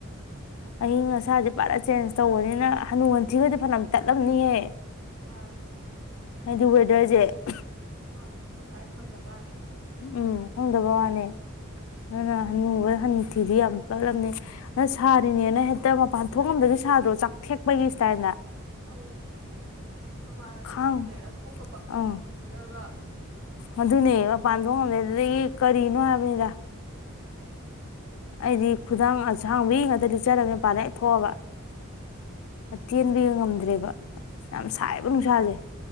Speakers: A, on the left; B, on the right.
A: ꯑꯩ ꯉꯥ <unintelligible> ꯏꯁꯥꯁꯦ ꯄꯥꯔꯥ ꯆꯦꯟꯖ ꯇꯧꯕꯅꯤꯅ ꯍꯅꯨ ꯍꯟꯊꯤ ꯈꯣꯏꯗꯤ ꯐꯥꯅꯝ ꯇꯠꯂꯝꯅꯤꯍꯦ
B: ꯃꯥꯅꯦ
A: ꯍꯥꯏꯗꯤ ꯋꯦꯗꯔꯖꯦ <unintelligible>
B: ꯃꯥꯅꯦ ꯑꯈꯣꯏ ꯁ꯭ꯋꯥꯥꯏ ꯈꯪꯗ ꯋꯥꯅꯦꯕ
A: ꯎꯝ ꯈꯪꯗꯕ ꯋꯥꯅꯤ ꯑꯗꯨꯅ ꯍꯅꯨꯕ ꯍꯅꯨꯊꯤꯗꯤ ꯌꯥꯝ ꯄꯠꯂꯝꯅꯤ ꯑꯗꯨ ꯁꯥꯔꯤꯅꯦꯅ ꯍꯦꯛꯇ ꯃꯄꯥꯟ ꯊꯣꯛꯉꯝꯗꯒꯩ ꯁꯥꯗ꯭ꯔꯣ ꯆꯥꯛꯊꯦꯛꯄꯒꯤ ꯁ꯭ꯇꯥꯜꯏꯗ?
B: ꯑꯧ ꯃꯄꯥꯟꯒ ꯊꯣꯛ
A: ꯈꯪ
B: ꯉꯝꯗꯦ ꯑꯁ ꯀꯣꯛꯀ ꯕꯪ ꯕꯪꯕꯪ
A: ꯑꯪ
B: ꯆꯤꯛꯑꯒ
A: ꯑꯗꯨꯅꯦ ꯃꯄꯥꯟ ꯊꯣꯛꯉꯝꯗꯦ ꯑꯗꯨꯗꯒꯤ ꯀꯔꯤꯅꯣ ꯍꯥꯏꯕꯅꯤꯗ ꯑꯩꯗꯤ ꯈꯨꯗꯥꯡ ꯑꯁꯥꯡꯕꯤ ꯉꯛꯇꯥ ꯂꯤꯠꯆꯥꯔꯕꯅꯦ ꯃꯄꯟꯗꯥ ꯍꯦꯛ ꯊꯣꯛꯑꯥꯕ, ꯑꯇꯦꯟꯕꯤꯒ ꯉꯝꯗ꯭ꯔꯦꯕ ꯌꯥꯝ ꯁꯥꯏꯌꯦꯕ ꯅꯨꯡꯁꯥꯁꯦ꯫